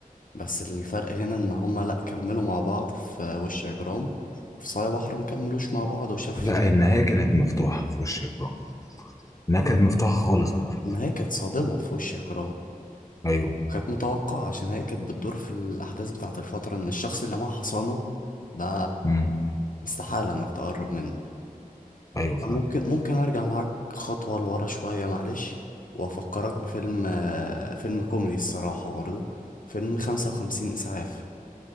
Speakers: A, on the left; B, on the left.
A: بس الفرق هنا ان هما لا كملوا مع بعض في آه، وش اجرام وفي صايع بحر ما كملوش مع بعض وشاف
B: لا
A: في-
B: هي النهاية كانت مفتوحة في وش جرام النهاية كانت مفتوحة خالص على فكرة
A: النهاية كانت صادمة في وش اجرام
B: ايوه
A: كانت متوقعة عشان هي كانت بتدور في الاحداث بتاعة الفترة ان الشخص اللي معاه حصانة ده
B: مم.
A: استحالة انك تقرب منه
B: ايوه فعلا
A: ممكن ممكن ارجع معاك خطوة لورا شوية معلش وافكرك بفيلم آه، فيلم كوميدي الصراحة برضو فيلم خمسة وخمسين اسعاف